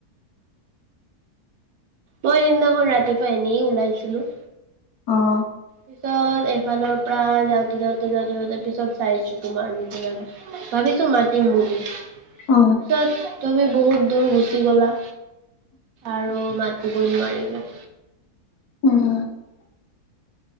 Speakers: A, on the right; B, on the left.
A: মই সেইদিনাখন ৰাতিপুৱা আহিলোঁ । অনেই ওলাইছিলো।
B: অঁ।
A: পিছত এইফালৰ পৰা যাওঁতে যাওঁতে যাওঁতে যাওঁতে পিছত চাইছো তোমাৰ নে ভাবিছো মাতিম বুলি
B: অ
A: পিছত তুমি। বহুত দূৰ গুচি গ'লা আৰু মাতিব নোৱাৰো
B: ওম। <inaudible>